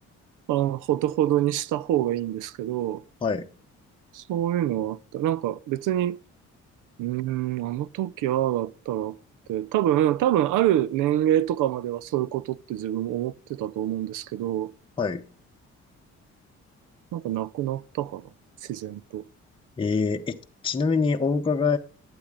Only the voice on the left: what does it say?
はい、
はい。
えー、え、ちなみにお伺